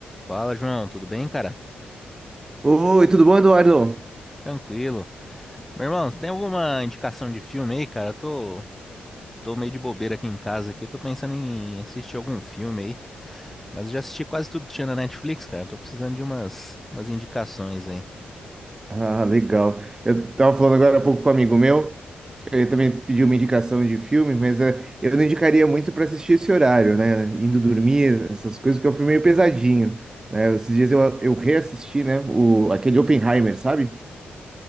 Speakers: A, in the centre; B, on the right.
A: Fala, João, tudo bem, cara?
B: Oi, tudo bom, Eduardo?
A: Tranquilo. Meu irmão, você tem alguma indicação de filme aí, cara? Eu tô, tô meio de bobeira aqui em casa aqui, tô pensando em assistir algum filme aí. Mas eu já assisti quase tudo que tinha na Netflix, cara. Tô precisando de umas, umas indicações aí.
B: Ah, legal. Eu tava falando agora há pouco com um amigo meu, ele também pediu uma indicação de filme, mas eh, eu não indicaria muito para assistir esse horário, né? Indo dormir, essas coisas, que é um filme meio pesadinho, né? Esses dias eu, eu reassisti, né? O, aquele Oppenheimer, sabe?